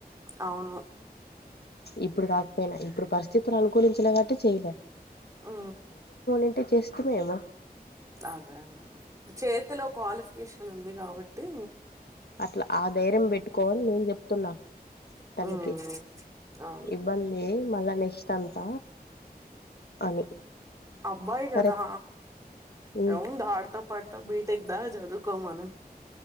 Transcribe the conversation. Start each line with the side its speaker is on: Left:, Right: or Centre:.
Right: అవును
Left: ఇప్పుడు కాకపోయినా ఇప్పుడు పరిస్థితులు అనుకు కులించలే కాట్టి చేయలే
Right: ఓ
Left: ంటే చేస్తుమేమో
Right: అదే అద చేతిలో క్వాలిఫికేషన్ ఉంది కాబట్టి
Left: అట్లా ఆ ధైర్యం పెట్టుకోవని నేను చెప్తున్నా తనకి
Right: ఉమ్ అవును
Left: ఇబ్బంది మళ్ళ నెస్ట్ అంత అని
Right: అబ్బాయి కదా
Left: కరెక్ట్ ఉమ్
Right: ఉంద ఆడతా పాడతా బీటెకి దా జ ఎ కను